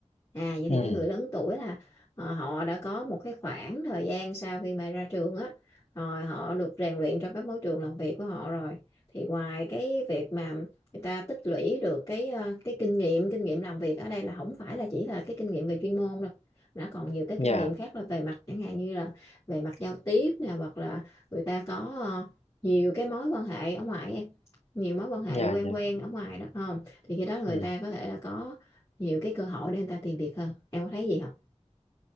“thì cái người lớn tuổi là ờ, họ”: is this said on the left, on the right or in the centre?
Left